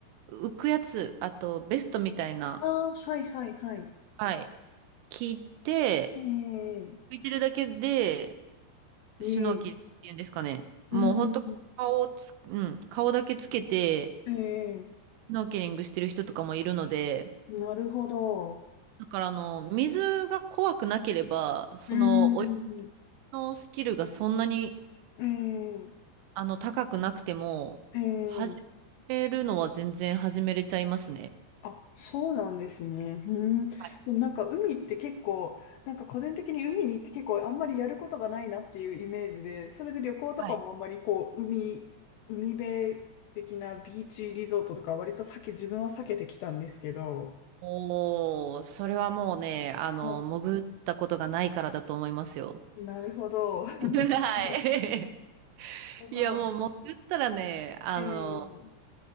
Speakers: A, on the right; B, on the left.
A: 浮くやつ、あとベストみたいな、
B: ああ、はいはいはい。
A: はい、聞いて、
B: ええ、
A: 浮いてるだけで、
B: 見える。
A: シュノーキルっていうんですかね。もう本当顔つ、
B: うん、
A: うん、顔だけつけて、
B: うん、ええ、
A: スノーケリングしてる人とかもいるので、
B: なるほど。
A: だからあの、水が怖くなければ、その、
B: うん、
A: 泳ぎのスキルがそんなに、
B: え
A: あの、高くなくても、
B: え、ええ、
A: 始めるのは全然始めれちゃいますね。
B: あ、そうなんですね。うん。でもなんか海って結構、
A: はい。
B: なんか個人的に海に行って結構あんまりやることがないなっていうイメージで、それで旅行とかもあんまりこう、
A: はい
B: 海、海辺的なビーチリゾートとか割と避け、自分は避けてきたんですけど。
A: おー、それはもうね、あの、
B: は
A: 潜ったことがないからだと思いますよ。
B: いなるほど。<laughs>
A: <laughs> はい。<laughs>
B: こ
A: いや、もう潜ったらね、あの、
B: ええ